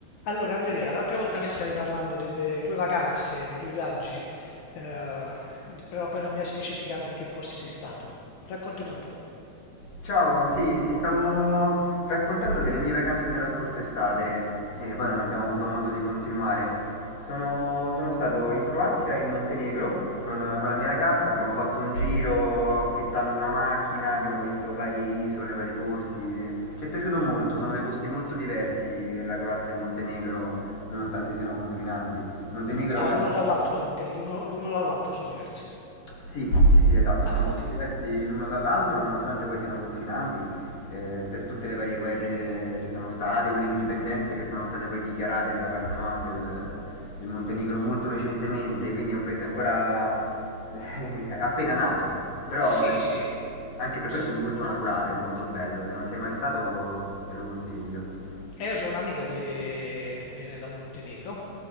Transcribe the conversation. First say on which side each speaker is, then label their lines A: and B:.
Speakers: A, on the left; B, on the left.
A: Allora Andrea, l'altra volta mi stavi parlando delle tue vacanze, dei tuoi viaggi, eh, però poi non mi hai specificato in che posti sei stato. Raccontami un po'.
B: Ciao, sì, ti stavo raccontando delle mie vacanze della scorsa estate e poi non abbiamo avuto modo di continuare. Sono, sono stato in Croazia e in Montenegro con, con la mia ragazza, abbiamo fatto un giro affittando una macchina, abbiamo visto varie isole, vari posti. Ci è piaciuto molto, sono dei posti molto diversi la Croazia e il Montenegro, nonostante siano confinanti. Il Montenegro
A: Ah, l'uno
B: è...
A: dall'altro, intendi? Uno- l'uno dall'altro sono diversi.
B: Sì, sì, sì, esatto,
A: Ah,
B: sono molto
A: ok.
B: diversi l'uno dall'altro, nonostante poi siano confinanti, eh, per tutte le varie guerre che ci sono state o le indipendenze che sono state poi dichiarate da parte, no, del, del Montenegro molto recentemente, quindi è un paese ancora eh, <laughs> appena nato,
A: Eh,
B: però
A: sì,
B: eh,
A: sì,
B: anche per
A: so.
B: questo è molto naturale, è molto bello, se non sei mai stato te lo consiglio.
A: E io ho un'amica che, che viene dal Montenegro